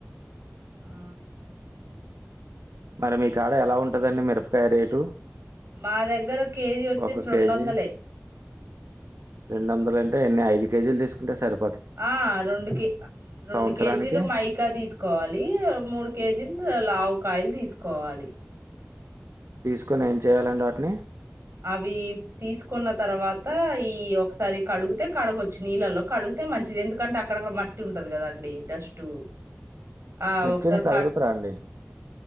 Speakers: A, on the right (about 55°); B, on the right (about 75°).
A: ఆ,
B: మరి మీ కాడ ఎలా ఉంటదండి మిరపకాయ రేటు
A: మా దగ్గర కేజీ వచ్చేసి
B: ఒక కేజీ
A: రెండు వందలే
B: రెండు వందలు అంటే ఎన్ని ఐదు కేజీలు తీసుకుంటె సార్
A: ఆ రెండు కే రెండు
B: సంవత్సరానికి
A: కేజీలు మైకా తీసుకోవాలి మూడు కేజీలు లావుకాయలు తీస్ సుకోవాలి
B: తీసుకొని ఏం చేయ్యాలండి వాటిని
A: అవి తీసుకున్న తర్వాత ఈ ఒకసారి కడుగితే కడగొచ్చు నీళ్ళలో కడుగితే మంచిది ఎందుకంటే అక్కడక్కడ మట్టి ఉంటది కదండి డస్ట్ ఆ
B: మిర్చిని
A: ఒకసారి
B: కడుగుతారా
A: కా
B: అండి